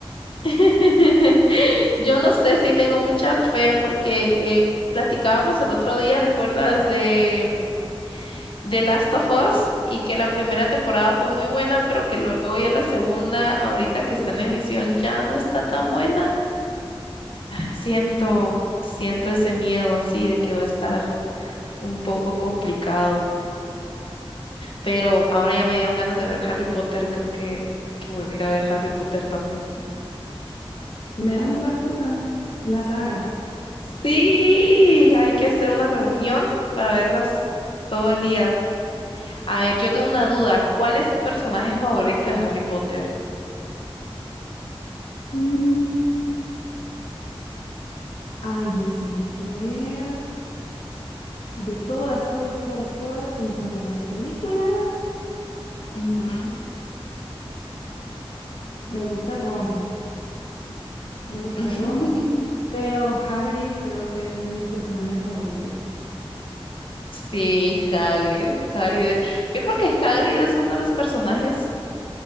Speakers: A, on the left; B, on the left.
A: <laughs> Yo no sé si tengo mucha fe porque eh, platicábamos el otro día, ¿recuerdas de, mm, The Last of Us? Y que la primera temporada fue muy buena, pero que luego ya la segunda, ahorita que está en emisión, ya no está tan buena. Siento, siento ese miedo así de que va a estar un poco complicado. Pero ahora ya me dieron ganas de ver Harry Potter, creo que, que voy a ir a ver Harry Potter también.
B: Veamos la junta, la saga.
A: Sí, hay que hacer una reunión para verlas todo el día. A ver, yo tengo una duda. ¿Cuál es tu personaje favorito de Harry Potter?
B: Mm. Ay, no sé, quiero ver de todas, todas, todas, todas en cuanto a las películas.
A: Ujú.
B: Me gusta Ron, me gusta
A: <laughs>
B: Ron, pero Hagrid creo que es de mis personajes favoritos.
A: Sí, Hagrid. Hagrid. Yo creo que Hagrid es uno de los personajes